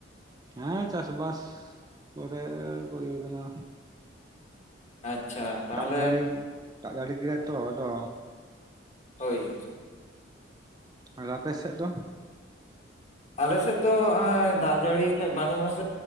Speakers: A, on the right; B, on the left.
A: ᱦᱮᱸ ᱪᱟᱥ ᱵᱟᱥ ᱠᱚᱨᱮ ᱠᱚ ᱤᱭᱟᱹ ᱠᱟᱱᱟ।
B: ᱟᱪᱪᱷᱟ ᱛᱟᱦᱚᱞᱮ
A: ᱫᱟᱜ ᱡᱟᱹᱲᱤ, ᱫᱟᱜ ᱡᱟᱹᱲᱤ ᱠᱮᱫᱟᱭ ᱛᱚ ᱟᱫᱚ᱾
B: ᱦᱳᱭ।
A: ᱟᱨ ᱟᱯᱮ ᱥᱮᱫ ᱫᱚ?
B: ᱟᱞᱮᱥᱮᱫ ᱫᱚ ᱦᱟᱸᱜ-ᱟᱭ ᱫᱟᱜ ᱡᱟᱹᱲᱤ ᱦᱟᱠᱷᱟᱡ ᱵᱟᱹᱱᱩᱜ ᱟᱥᱮ।